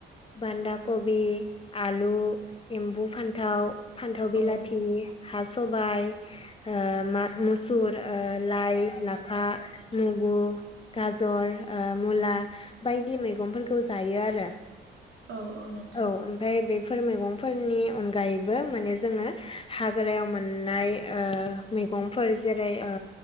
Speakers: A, on the left; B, on the right.
A: बान्दा कबि आलु एम्बु फान्थाव फान्थाव बिलाथि
B: औ
A: हा सबाइ ओ मा मुसुर ओ लाइ लाफा मुगु गाजर ओ मुला बायदि मैगंफोरखौ जायो आरो‌।
B: औ नोंथां
A: औ ओमफाय बे फोर मैगंफोरनि अनगायैबो माने जोङो हाग्रायाव मोननाय ओ मै गंफोर जेरै ओ